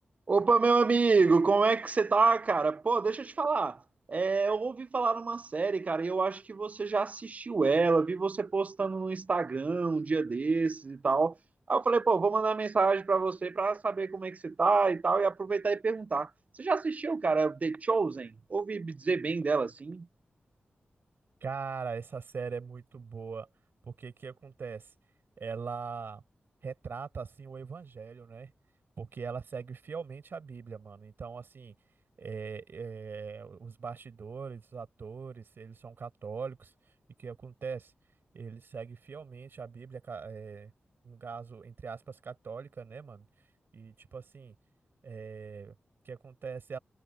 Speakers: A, on the right; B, on the right.
A: Opa, meu amigo, como é que você tá, cara? Pô, deixa eu te falar. É, eu ouvi falar uma série, cara, e eu acho que você já assistiu ela, vi você postando no Instagram um dia desses e tal. Aí eu falei, pô, vou mandar mensagem pra você pra saber como é que você tá e tal, e aproveitar e perguntar. Você já assistiu, cara, The Chosen? Ouvi dizer bem dela, assim.
B: Cara, essa série é muito boa, porque o que acontece? Ela retrata, assim, o evangelho, né? Porque ela segue fielmente a Bíblia, mano. Então, assim, é, é, os bastidores, os atores, eles são católicos, e o que acontece? Eles seguem fielmente a Bíblia, ca- é, no caso, entre aspas, católica, né, mano? E, tipo assim, é, o que acontece?